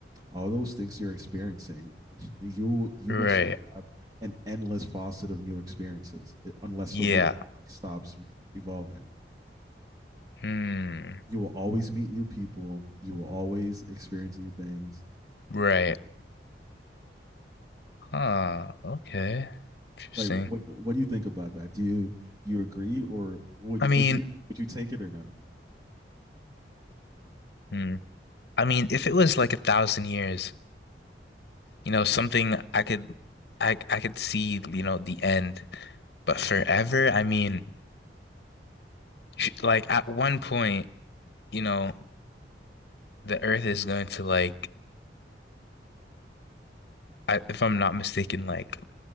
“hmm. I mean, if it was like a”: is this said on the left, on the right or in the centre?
Left